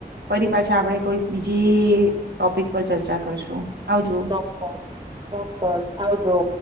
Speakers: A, on the right; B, on the right.
A: ફરી પાછા આપડે કોઈક બીજી ટોપિક પર ચર્ચા કરશું. આવજો.
B: ચોક્કસ ચોક્કસ આવજો.